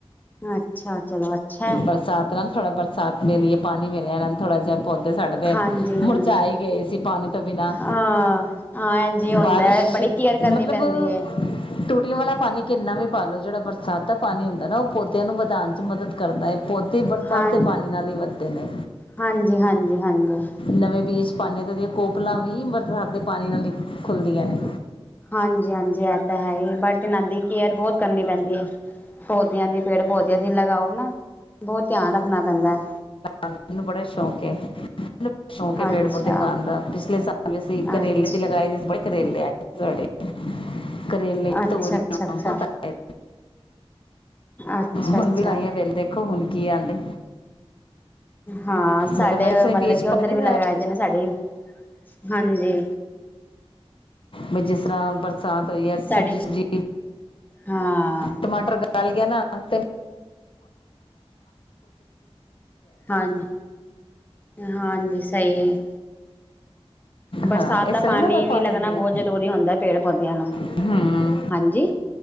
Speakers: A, on the left (about 15°); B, on the left (about 55°).
A: ਅੱਛਾ, ਚਲੋ ਅੱਛਾ।
B: ਬਰਸਾਤ ਨਾਲ ਥੋੜਾ ਬਰਸਾਤ ਦੇ ਲੀਏ ਪਾਣੀ ਮਿਲਿਆ ਨਾ, ਥੋੜਾ ਜਿਹਾ ਪੌ ਸਾਡੇ ਤੇ,
A: ਹਾਂਜੀ
B: ਮੁਰਝਾਏ
A: ਹਾਂਜੀ
B: ਗਏ ਸੀ ਪਾਣੀ ਤੋਂ ਬਿਨਾ,
A: ਹਾਂ ਹਾਂ ਇੰਝ ਹੁੰਦਾ
B: ਬਾਰਿਸ਼
A: ਬੜੀ ਕੇਅਰ ਕਰਨੀ
B: ਮਤਲਬ,
A: ਪੈਂਦੀ ਹੈ
B: ਟੁਟੀਆਂ ਵਾਲਾ ਪਾਨੀ ਕਿੰਨਾ ਵੀ ਪਾਲੋ, ਜਿਹੜਾ ਬਰਸਾਤ ਦਾ ਪਾਣੀ ਹੁੰਦਾ ਨਾ ਉਹ ਪੌਦਿਆਂ ਨੂੰ ਵਧਾਉਣ 'ਚ ਮਦਦ ਕਰਦਾ ਏ। ਪੌਦੇ ਬਰਸਾਤ
A: ਹਾਂ
B: ਤੇ ਪਾਣੀ ਨਾਲ ਈ ਵੱਧਦੇ ਨੇ।
A: ਹਾਂਜੀ ਹਾਂਜੀ ਹਾਂਜੀ
B: ਨਵੇਂ ਬੀਜ ਪਾਂਨੇ ਤੇ ਉਹਦੀਆਂ ਕੋਪਲਾਂ ਵੀ, ਬਰਸਾਤ ਦੇ ਪਾਣੀ ਨਾਲ ਖੁੱਲਦੀਆਂ ਨੇ।
A: ਹਾਂਜੀ-ਹਾਂਜੀ, ਇਹ ਤਾਂ ਹੈਈ ਬਟ ਇਹਨਾਂ ਦੀ ਕੇਅਰ ਬਹੁਤ ਕਰਨੀ ਪੈਂਦੀ ਏ। ਪੌਦਿਆਂ ਦੀ, ਪੇੜ ਪੌਦਿਆਂ ਦੀ ਲਗਾਓ ਨਾ। ਬਹੁਤ ਧਿਆਨ ਰੱਖਣਾ ਪੈਂਦਾ ਹੈ
B: ਮੈਨੂੰ ਬੜਾ ਸ਼ੌਕ ਏ। ਸ਼ੌਂਕ ਏ,
A: ਅੱਛਾ
B: ਪੇੜ-ਪੌਦੇ ਲਗਾਣ ਦਾ, ਪਿਛਲੇ ਸਾਲ ਵੀ ਅਸੀਂ ਇੱਕ ਕਰੇਲੇ
A: ਅੱਛਾ
B: ਦੀ ਲਗਾਏ ਸੀ ਬੜੇ ਕਰੇਲੇ ਆਏ। ਸਾਡੇ, ਕਰੇਲੇ-ਤੋਰੀਆਂ
A: ਅੱਛਾ-ਅੱਛਾ-ਅੱਛਾ
B: ਬਹੁਤ ਆਏ।
A: ਅੱਛਾ-ਅੱਛਾ
B: ਹੁਣ ਵੀ ਲਾਈ ਆ ਵੇਲੇ, ਦੇਖੋ ਹੁਣ ਕੀ ਆਂਦੇ।
A: ਹਾਂ, ਸਾਡੇ
B: ਮਤਲਬ ਮੈਂ ਇਸਨੇ
A: ਮਤਲਬ
B: ਬੀਜ
A: ਕਿ
B: ਪਾ
A: ਉੱਧਰ
B: ਨਹੀਂ
A: ਵੀ ਲਗਾਏਦੇ ਨੇ ਸਾਡੀ, ਹਾਂਜੀ।
B: ਵੀ ਜਿਸ ਤਰ੍ਹਾਂ ਬਰਸਾਤ ਹੋਈ ਏ,
A: ਸਾਡੇ
B: ਸਬਜ਼ੀ-ਸਬੀ,
A: ਹਾਂ
B: ਟਮਾਟਰ ਚੱਲ ਗਿਆ ਨਾ, ਤੇ
A: ਹਾਂਜੀ, ਹਾਂਜੀ ਸਹੀ ਏ। ਬਰਸਾਤ
B: ਹਾਂ ਇਸ
A: ਦਾ
B: ਤਰ੍ਹਾਂ
A: ਪਾਣੀ
B: ਨਾ ਮੈਂ
A: ਵੀ
B: ਪਾ
A: ਲੱਗਣਾ
B: ਦਿੰਦੀ
A: ਬਹੁਤ
B: ਹਾਂ
A: ਜ਼ਰੂਰੀ ਹੁੰਦਾ, ਪੇੜ ਪੌਦਿਆਂ ਨੂੰ।
B: ਹੂੰ,
A: ਹਾਂਜੀ